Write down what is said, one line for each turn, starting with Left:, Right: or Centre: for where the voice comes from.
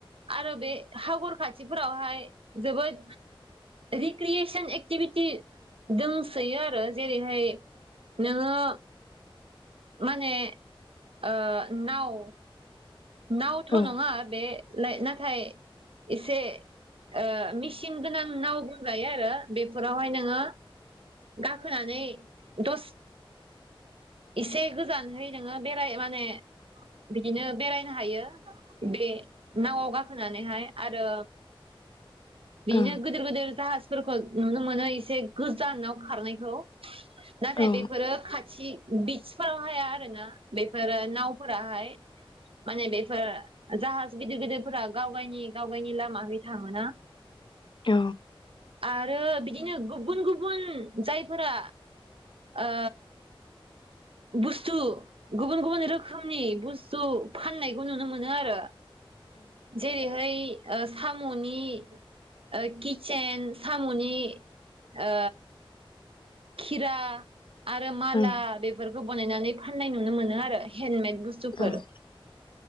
Right: आरो बे हागर खाथिफोरावहाय जोबोद रिक्रियेसन एक्टिभिटि दंसोयो आरो। जेरैहाय नोङो माने ओ नाव नावथ'
Left: औ ओं
Right: नङा बे लाइ नाथाय एसे ओ मेचिन गोनां नाव बुंजायो आरो। बेफोरावहाय नोङो गाखोनानै दस एसे गोजानहै नोङो बेराय माने बिदिनो बेरायनो हायो। बेे नाव आव गा होनानैहाय आरो। बिनो
Left: औ
Right: गोदोर गोदोर जा फोरखौ नुनो मोनो एसे गोजानाव खारनायखौ। नाथाय
Left: ओं
Right: बेफोरो खा <unintelligible> बिसफोराव हाया आरो ना। बेफोरो नावफोराहाय। माने बेफोर जाहाज गिदिर गिदिरफोरा गावगायनि गावगायनि लामा हैथा मोना।
Left: औ।
Right: आरो बिदिनो गुबुन गुबुन जायफोरा ओ बुस्थु गुबुन गुबुन रोखोमनि बुस्थु फाननायखौ नुनो मोनो आरो। जेरैहाय ओ साम'नि ओ किटचेन साम'नि ओ खिरा। आरो माला
Left: ओं
Right: बेफोरखौ बानायनानै। फाननाय नुनो मोनो आरो हेन्दमेद। बुस्थुफोर
Left: <unintelligible>